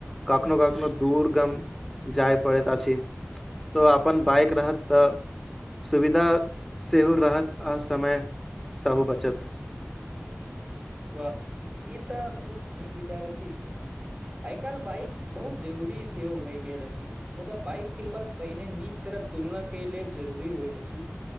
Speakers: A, in the centre; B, on the right.
A: काखनो काखनो दूर गम जाय पड़ैत अछि तो अपन बाइक रहत तऽ सुविधा सेहो रहत आ समय सभ बचत
B: वाह ई तऽ बहुत नीक विचार अछि आइ काल्हि बाइक बहुत जरूरी सेहो भइ गेल अछि मुदा बाइक किनबाक पहिने नीक तरह तुलना कयले जरूरी होयत अछि